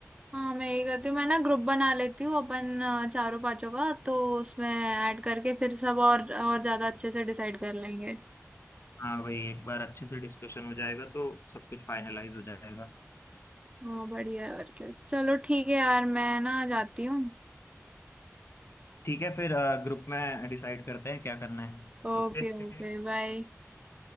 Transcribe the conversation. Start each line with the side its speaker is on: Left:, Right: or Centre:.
Right: हाँ मैं यही करती हूँ मैं ना ग्रुप बना लेती हूँ अपन अ, चारों पांचों का तो उसमें ऐड करके फिर सब और और ज्यादा अच्छे से डिसाइड कर लेंगे
Left: हाँ वही एक बार अच्छे से डिस्कशन हो जाएगा तो सब कुछ फाइनलाइज हो जाएगा
Right: हाँ बढ़िया है और क्या चलो ठीक है यार मैं ना जाती हूँ
Left: ठीक है फिर ग्रुप में डिसाइड करते हैं क्या करना है
Right: Okay
Left: Okay
Right: okay bye